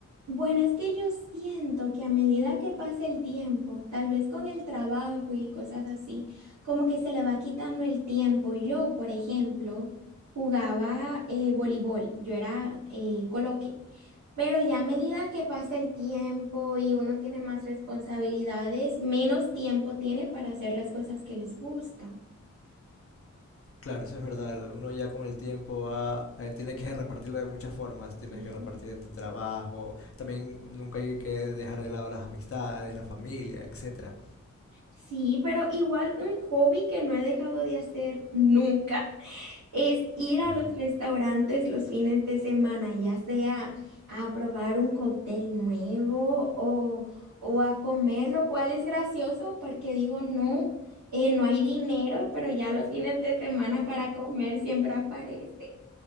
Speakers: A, on the right (about 80°); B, on the left (about 50°).
A: Bueno, es que yo siento que a medida que pasa el tiempo, tal vez con el trabajo y cosas así, como que se le va quitando el tiempo. Yo, por ejemplo, jugaba eh, voleibol, yo era eh, coloque. Pero ya a medida que pasa el tiempo y uno tiene más responsabilidades, menos tiempo tiene para hacer las cosas que les gusta.
B: Claro, eso es verdad. el- Uno ya con el tiempo va, eh, tiene que repartirlo de muchas formas. Tienes
A: Sí.
B: que repartir entre trabajo. También nunca hay que dejar de lado las amistades, la familia, etcétera.
A: Sí, pero igual un hobby que no he dejado de hacer nunca es ir a
B: Ajá.
A: los restaurantes los fines de semana, ya sea a probar un cóctel nuevo o, o a comer, lo cual es gracioso porque digo, no, eh, no hay dinero, pero ya los fines de semana para comer siempre aparece.